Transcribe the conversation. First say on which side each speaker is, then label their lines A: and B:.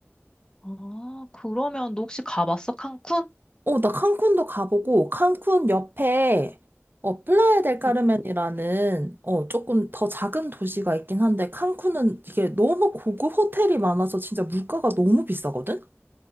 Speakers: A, on the left; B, on the right.
A: 아, 그러면 너 혹시 가봤어? 칸쿤?
B: 어, 나 칸쿤도 가보고, 칸쿤 옆에, 어, 플라야 델 까르멘이라는,
A: 음,
B: 어, 조금 더 작은 도시가 있긴 한데, 칸쿤은 이게 너무 고급 호텔이 많아서 진짜 물가가 너무 비싸거든?